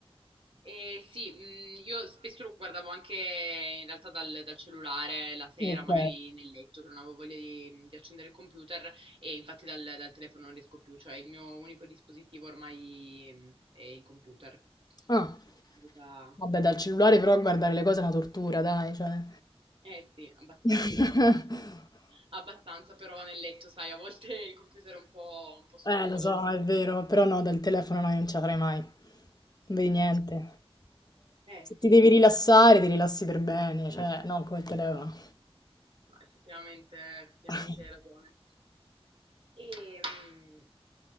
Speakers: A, on the right; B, on the left.
A: Eh, sì, mm, io spesso lo guardavo anche in realtà dal, dal cellulare la sera,
B: Ok.
A: magari nel letto, che non avevo voglia di, di accendere il computer e infatti dal, dal telefono non riesco più, cioè il mio unico dispositivo ormai mm, è il computer.
B: Ah,
A: Possibilità-
B: vabbè, dal cellulare però guardare le cose è una tortura, dai, cioè...
A: Eh sì, abbastanza.
B: <laughs>
A: Abbastanza, però nel letto, sai, a volte il computer è un po', un po' scomodo.
B: Eh, lo so, è vero, però no, dal telefono no, io non ce la farei mai. Non vedi niente.
A: Eh
B: Se ti
A: sì,
B: devi rilassare, ti rilassi per bene, cioè, non come il telefono.
A: no, effettivamente, effettivamente
B: <laughs>
A: hai ragione. E mh,